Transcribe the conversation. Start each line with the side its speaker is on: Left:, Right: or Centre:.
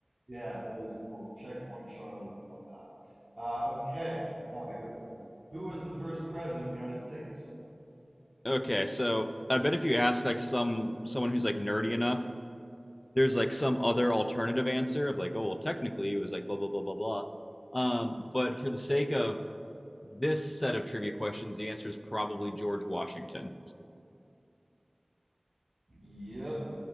Right: Yeah. It was cool. Checkpoint Charlie and whatnot. Uh, okay. Oh, here we go. Who was the first president of the United States?
Left: Okay, so I bet if you ask like some someone who's like nerdy enough, there's like some other alternative answer of like, oh, well, technically it was like blah, blah, blah, blah, blah. Um, but for the sake of this set of trivia questions, the answer is probably George Washington.
Right: Yep.